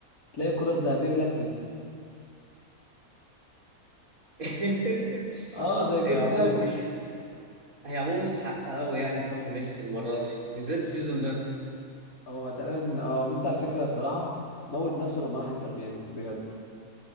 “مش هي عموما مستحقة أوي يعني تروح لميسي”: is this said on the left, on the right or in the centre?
Right